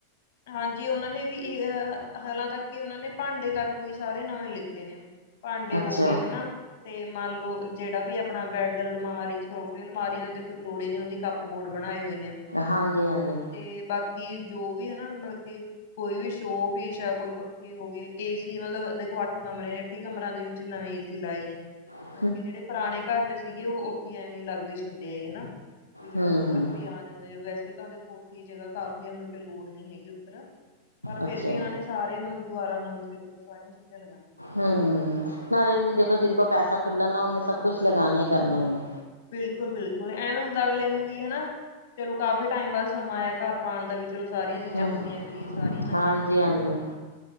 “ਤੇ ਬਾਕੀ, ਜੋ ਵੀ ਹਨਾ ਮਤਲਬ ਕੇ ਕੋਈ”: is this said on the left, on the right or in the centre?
Left